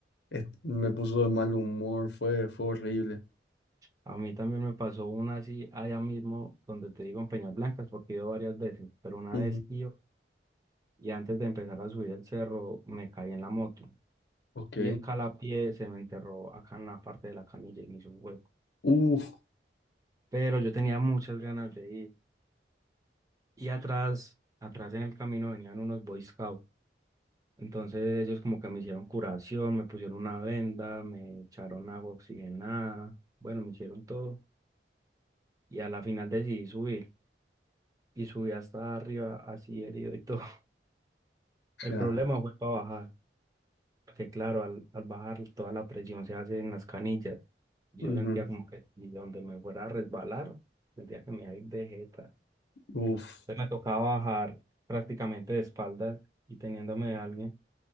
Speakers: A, on the left (about 75°); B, on the right (about 20°).
A: es- me puso de mal humor, fue, fue horrible.
B: A mí también me pasó una así allá mismo donde te digo en Peñas Blancas, porque he ido varias veces, pero una
A: Ujú,
B: vez iba y antes de empezar a subir el cerro me caí en la moto
A: Ok.
B: y el calapié se me enterró acá en la parte de la canilla y me hizo un hueco.
A: Uf.
B: Pero yo tenía muchas ganas de ir y atrás, atrás en el camino venían unos Boy Scouts. Entonces ellos como que me hicieron curación, me pusieron una venda, me echaron agua oxigenada, bueno, me hicieron todo y a la final decidí subir y subí hasta arriba así herido y todo. El
A: ja,
B: problema fue para bajar, porque claro, al, al bajar toda la presión se hace en las canillas. Yo
A: ujú,
B: sentía como que y donde me fuera a resbalar, sentía que me iba a ir de jeta.
A: Uf.
B: Entonces me tocaba bajar prácticamente de espaldas y teniéndome de alguien.